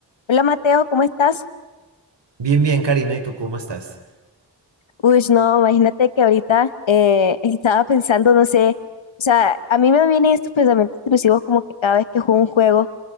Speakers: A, on the left; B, on the right.
A: Hola Mateo, ¿cómo estás?
B: Bien, bien, Karina, ¿y tú cómo estás?
A: Uy, no, imagínate que ahorita eh, <laughs> estaba pensando, no sé, o sea, a mí me vienen estos pensamientos intrusivos como que cada vez que juego un juego,